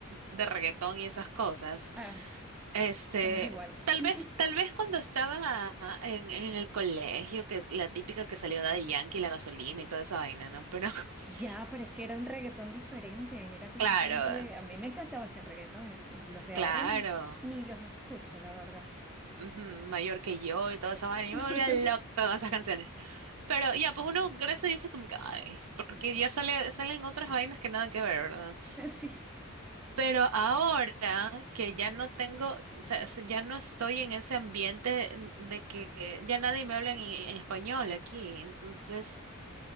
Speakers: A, on the right (about 80°); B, in the centre.
A: de reggaetón y esas cosas.
B: ah,
A: Este,
B: estamos igual.
A: tal
B: <laughs>
A: vez, tal vez cuando estaba en, en el colegio, que la típica que salió de Yankee, la gasolina y toda esa vaina, ¿no? Pero <laughs>
B: Ya, pero es que era un reggaetón diferente, era completamente...
A: claro,
B: A mí me encantaba ese reggaetón, los de
A: claro,
B: ahora ni los escucho, la verdad.
A: ujú, mayor que yo y toda esa vaina, yo
B: <laughs>
A: me volvía loca con esas canciones. Pero ya, pues uno crece y dice como que, ay, porque ya sale, salen otras vainas que nada que ver, ¿verdad?
B: Sí,
A: Pero ahora que ya no tengo, o sea, s- ya no estoy en ese ambiente de que ya nadie me habla en en español aquí, entonces...